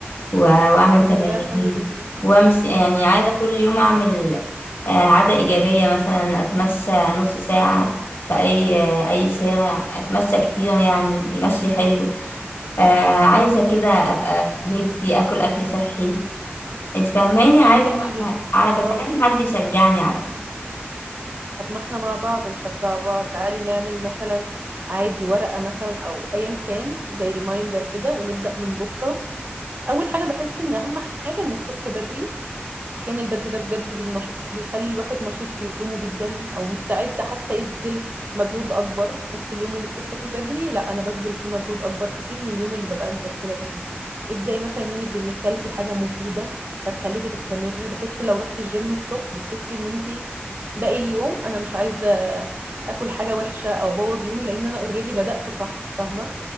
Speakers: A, on the left; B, on the right.
A: و- واعمل
B: طب
A: تمارين
B: ما ده حلو جدا
A: وامشي يعني عايزه
B: طب
A: كل يوم اعمل آه، عاده ايجابيه مثلا اتمشى نص ساعه في اي آه، اي شارع اتمشى كتير يعني المشي حلو آه، عايزه كده ابقى هيلثي اكل اكل صحي انت فاهماني عايزه
B: ده جميل جدا
A: عاي- بس
B: اه
A: عايزه حد يشجعني على
B: طب ما احنا مع بعض نشجع بعض تعالي نعمل مثلا عادي ورقة مثلا او ايا كان زي ريمايندر كده ونبدأ من بكرة اول حاجه بحس ان اهم حاجه انك تصحي بدري الصحيان البدري ده بجد بينش... بيخلي الواحد نشيط في يومه جدا او مستعد حتى يبذل مجهود اكبر بحس اليوم اللي بتصحي فيه بدري لا انا ببذل فيه مجهود اكبر كتير من اليوم اللي ببقى مكسله فيه ابداي مثلا يومك بانك كلتي حاجه مفيده هتخليكي تستمري بحس لو رحتي الجيم الصبح بتحسي ان انت باقي اليوم انا مش عايزه اكل حاجه وحشه او ابوظ يومي لان انا اوريدي بدأته صح فاهمه